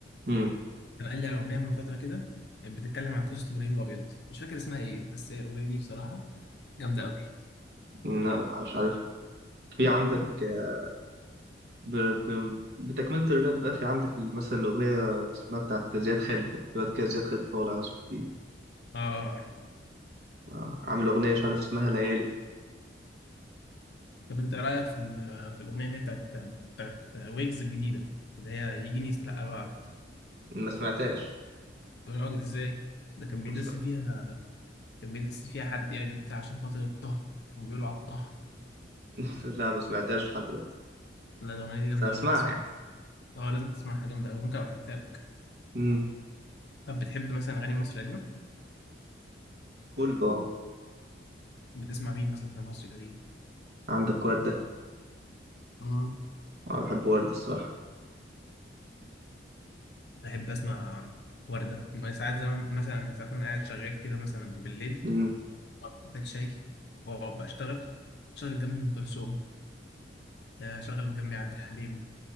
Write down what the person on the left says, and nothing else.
كان قال لي على اغنيه من فتره كده كانت بتتكلم عن قصه ابراهيم الابيض مش فاكر اسمها ايه بس هي الاغنيه دي بصراحه جامده قوي
<laughs>
اه
طب انت رايك في ال- في الاغنيه اللي هي بتاعت بتاعت ويجز الجديده اللي هي يجيني يستلقى الوعد
يا راجل ازاي ده كان بيدس
فيها كان بيدس فيها حد يعني وبتاع عشان خاطر الطه كان بيقولوا على الطه
لا الاغنيه دي جامده
أوي، لازم تسمعها
اه لازم تسمعها جامده أوي ممكن ابعتها لك
طب بتحب مثلا اغاني مصر القديمه
بتسمع مين مثلا في مصر القديمه
امم
بحب اسمع ورده ساعات زمان مثلا ساعات وانا قاعد شغال كده مثلا بالليل
أقعد كوبايه شاي واقعد بشتغل شغل جنبي ام كلثوم آه، شغل جنبي عبد الحليم